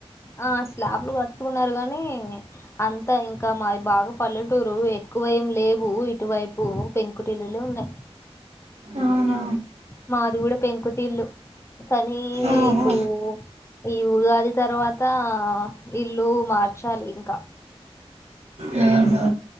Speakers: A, on the left; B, on the right.
A: ఆ స్లాప్లు కట్టుకున్నరు కానీ అంతా ఇంకా మాది బాగా పల్లెటూరు ఎక్కువ ఏం లేవు ఇటువైప్ పు పెంకుటిల్లులే ఉన్నయి
B: అవునా
A: మాది కూడ పెంకుటిల్లు. కానీ
B: ఓహో
A: ఇప్పుడు ఈ ఉగాది తరువాత, ఇల్లు మార్చాలి ఇంక.
B: ఉహూ